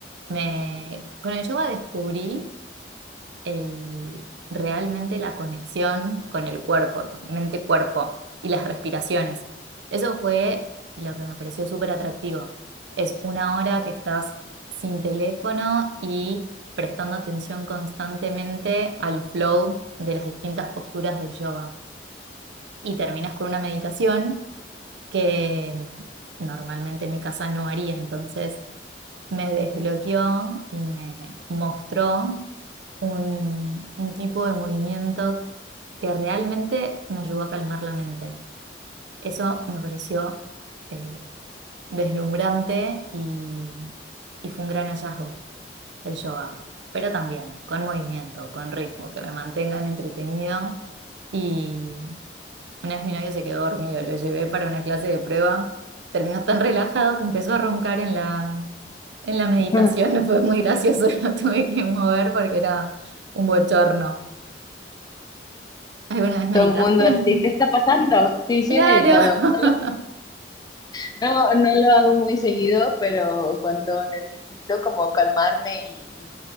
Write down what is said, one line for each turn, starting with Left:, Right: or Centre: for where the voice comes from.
Right: Me... Con el yoga descubrí el, realmente la conexión con el cuerpo, mente-cuerpo y las respiraciones. Eso fue lo que me pareció súper atractivo. Es una hora que estás sin teléfono y prestando atención constantemente al flow de las distintas posturas del yoga. Y terminas con una meditación que normalmente en mi casa no haría, entonces me desbloqueó y me mostró un, un tipo de movimiento que realmente me ayudó a calmar la mente. Eso me pareció eh, deslumbrante y, y fue un gran hallazgo el yoga, pero también con movimiento, con ritmo, que me mantengan entretenido y una vez mi novio se quedó dormido, lo llevé para una clase de prueba. Terminó tan relajado que empezó a roncar en la, en la meditación.
Left: <laughs>
Right: <laughs> Fue muy gracioso, <laughs> lo tuve que mover porque era un bochorno. ¿Alguna vez meditaste?
Left: Todo el mundo así, ¿qué
Right: <laughs>
Left: está pasando? Sí, sí
Right: Claro.
Left: he meditado.
Right: <laughs>
Left: No, no lo hago muy seguido, pero cuando necesito como calmarme y,